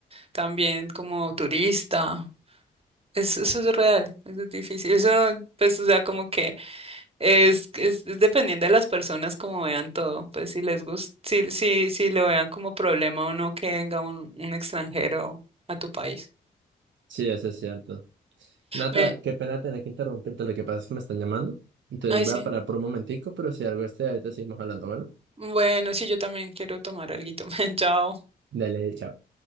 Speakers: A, on the right; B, on the right.
A: también como turista es- Eso es real, eso es difícil. Eso, pues, o sea, como que es, es, es dependiendo de las personas como vean todo. Pues si les gusta, si, si, si lo vean como problema o no que venga un, un extranjero a tu país.
B: sí, eso es cierto. Nata,
A: Ve,
B: qué pena tener que interrumpirte, lo que pasa es que me están llamando. Entonces
A: ay,
B: voy
A: sí.
B: a parar por un momentico, pero si algo esté ahorita seguimos hablando, bueno.
A: Bueno, sí, yo también quiero tomar alguito. <laughs> Chao.
B: Dale, chao.